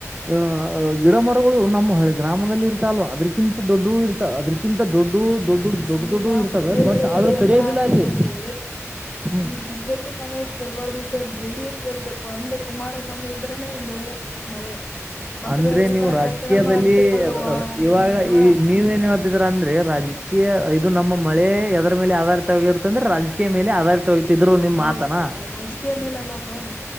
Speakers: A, on the right; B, on the left.
A: ಅಹ ಗಿಡ ಮರಗಳು ನಮ್ಮ ಹಿ ಗ್ರಾಮದಲ್ಲಿ ಇರ್ತ ಅಲ್ವಾ ಅದಕಿಂತ ದೊಡ್ಡ ಇರ್ತ ಅದಕಿಂತ ದೊಡ್ಡ ದೊಡ್ಡ
B: ಸರಿಗ
A: ದೊಡ್ಡ ಇರ್ತವೆ
B: ಮಳೆ
A: ಬಟ್
B: ಬೆಳೆಗಳು
A: ಆದ್ರೂ
B: ಎಲ್ಲ
A: ಕಡಿಯೋದಿಲ್ಲ
B: ಆಗ್ಬೇಕಂದ್ರೆ
A: ಅಲ್ಲಿ ಹ್ಮ್
B: ನೀ ಬಿಜೆ ಪಿ ಕಾಂಗ್ರೆಸ್ ಬರ್ಬಾರ್ದು ಸರ್ ಜೆ ಡಿ ಎಸ್ ಬರ್ಬೇಕು ಅಂದ್ರೆ ಕುಮಾರಸ್ವಾಮಿ ಇದ್ರನೆ ಬೆಳೆ ಮಳೆ ಮತ್ತೆ
A: ಅಂದ್ರೆ
B: ರೈತರ
A: ನೀವು ರಾಜಕೀಯದಲ್ಲಿ
B: ಕಷ್ಟಗಳನ್ನು ಅರಿತುಕೊಳ್ಳುವ
A: ಇವಾಗ
B: ಇವ
A: ಈ ನೀವ ಏನ್ ಹೇಳ್ತಿದೀರಾ ಅಂದ್ರೆ ರಾಜಕೀಯ ಇದು ನಮ್ಮ ಮಳೆ ಅದರ ಮೇಲೆ ಆಧಾರಿತವಾಗಿರುತ್ತಂದ್ರೆ ರಾಜಕೀಯ ಮೇಲೆ ಆಧಾರಿತ ೋಗತಿದ್ರು ನಿಮ್
B: ಹೌದು
A: ಮಾತನಾ
B: ಸರ್ ರಾಜಕೀಯ ಮೇಲಲ್ಲ ಸರ್